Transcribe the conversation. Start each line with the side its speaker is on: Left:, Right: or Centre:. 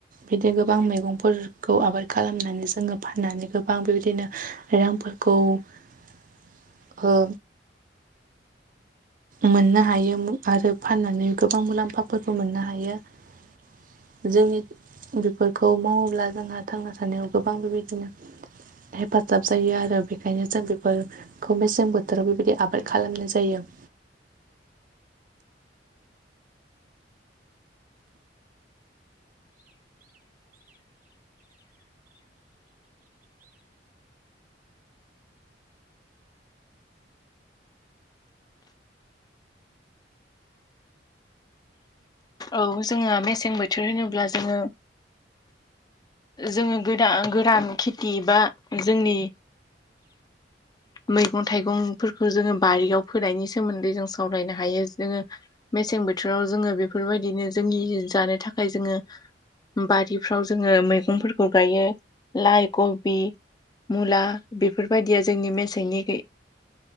Right: बिदि गोबां मैगंफोरखौ आबाद खालामनानै जोङो फाननानै गोबां बेबायदिनो रांफोर खौ ओ मोननो हायो आरो फाननानै गोबां मुलाम्फाफोरबो मोननो हायो आरो जोंनि बेफोरखौ मावोब्ला जोंहा थांना थानायाव गोबां बेबायदिनो हेफाजाब जायो आरो बेखायनो जों बेफोरखौ मेसें बोथोराव बेबायदि आबाद खालामनाय जायो जायो
Left: औ जोङो मेसें बोथोर होनोब्ला जोङो जोङो गोदान गोरान खेथि बा जोंनि मैगं थाइगंफोरखौ जोङो बारिआव फोनायनि सोमोन्दै जों सावरायनो हायो जोङो मेसें बोथोराव जोङो बेफोरबायदिनो जोंनि जानो थाखाय जोङो बारिफ्राव जोङो मैगंफोरखौ गायो लाइ खबि मुला बेफोरबायदिया जोंनि मेसेंनि गै